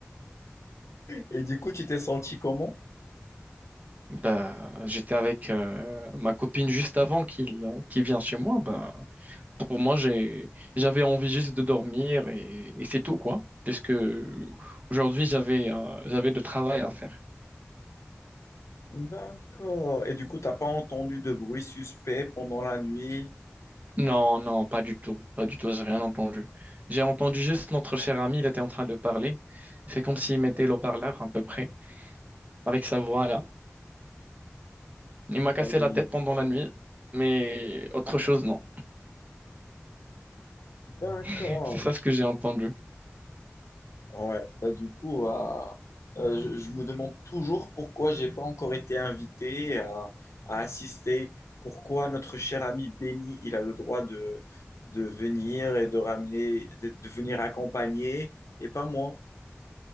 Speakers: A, on the left; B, on the right.
A: Et du coup, tu t'es senti comment?
B: Bah, j'étais avec euh, ma copine juste avant qu'il qu'il vienne chez moi. Bah, pour moi, j'ai, j'avais envie juste de dormir et, et c'est tout, quoi. Puisque aujourd'hui, j'avais euh, j'avais de travail à faire.
A: D'accord. Et du coup, t'as pas entendu de bruit suspect pendant la nuit?
B: Non, non, pas du tout. Pas du tout, j'ai rien entendu. J'ai entendu juste notre cher ami, il était en train de parler. C'est comme s'il mettait le parleur à peu près, avec sa voix là. Il m'a cassé
A: Ah oui.
B: la tête pendant la nuit, mais autre chose, non.
A: D'accord.
B: <laughs> C'est ça ce que j'ai entendu.
A: Ouais, bah du coup, euh, euh, je, je me demande toujours pourquoi j'ai pas encore été invité à, à assister, pourquoi notre cher ami Benny, il a le droit de, de venir et de ramener, de, de venir accompagner et pas moi.